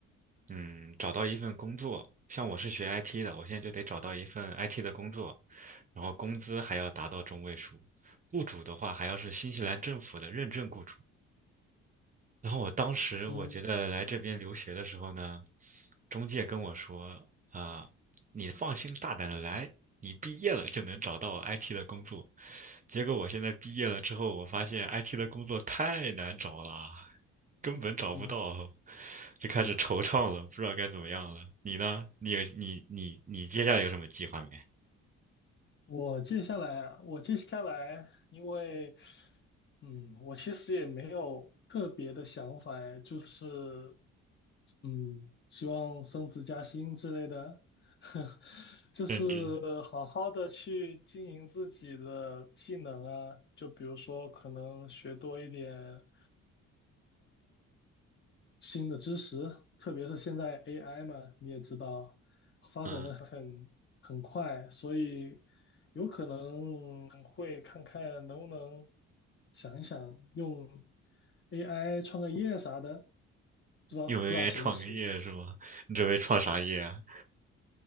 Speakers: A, on the right; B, on the left.
A: 嗯，找到一份工作。像我是学 IT 的，我现在就得找到一份 IT 的工作，然后工资还要达到中位数。雇主的话还要是新西兰政府的认证雇主，然后我当时我觉得来这边留学的时候呢，
B: 嗯
A: 中介跟我说啊、你放心大胆的来，你毕业了就能找到 IT 的工作。结果我现在毕业了之后，我发现 IT 的工作太难找了，根本找不到，
B: 嗯嗯
A: 就开始惆怅了，
B: 啊，
A: 不知道该怎么样了。你呢？你有你你你接下来有什么计划没？
B: 我接下来啊，我接下来，因为嗯，我其实也没有特别的想法，哎就是嗯，希望升职加薪之类的，<laughs> 就是好好的去经营自己的技能啊，
A: 认真，
B: 就比如说可能学多一点新的知识，特别是现在 AI 嘛，你也知道，发展的很很快，
A: 嗯，
B: 所以有可能会看看能不能想一想用 AI 创个业啥的，不知道不知道行不行。
A: 有没有创个业是吗？你准备创啥业啊？